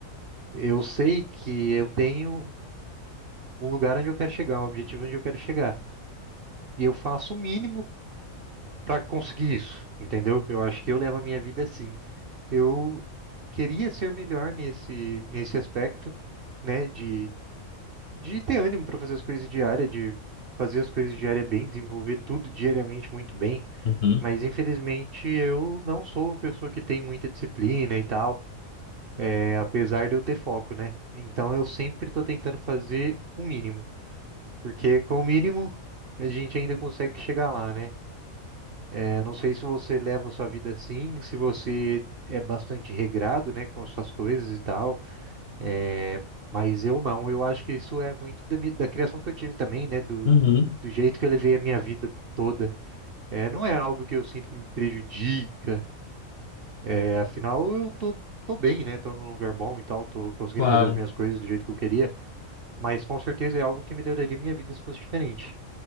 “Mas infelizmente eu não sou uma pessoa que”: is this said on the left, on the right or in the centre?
Right